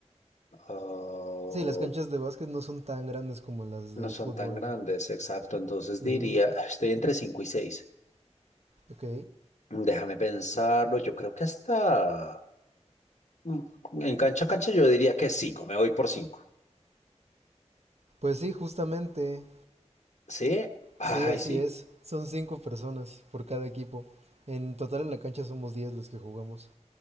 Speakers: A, on the left; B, on the right.
A: Ah,
B: Sí, las canchas de básquet no son tan grandes como las de
A: No son
B: fútbol.
A: tan grandes, exacto. Entonces
B: Ujú.
A: diría, ah, estoy entre 5 y seis
B: Ok.
A: Déjame pensarlo. Yo creo que hasta mm, en cancha a cancha yo diría que cinco Me voy por cinco
B: Pues sí, justamente.
A: ¿Sí? Ay,
B: Sí, así
A: sí.
B: es. Son cinco personas por cada equipo. En total en la cancha somos 10 los que jugamos.